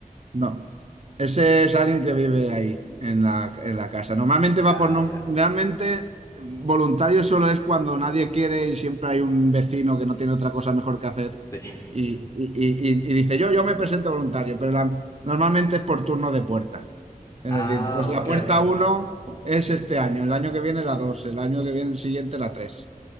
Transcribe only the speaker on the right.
No, ese es alguien que vive ahí, en la, en la casa. Normalmente
va por... nom-
Realmente voluntario solo es cuando nadie quiere y siempre hay un vecino que no tiene otra cosa mejor que hacer
y,
y- y- y- y dice, yo, yo me presento voluntario, pero la- normalmente es por turno de puerta. Es
decir, pues la
puerta uno es este año, el año que viene la 2, el año que viene el siguiente la 3.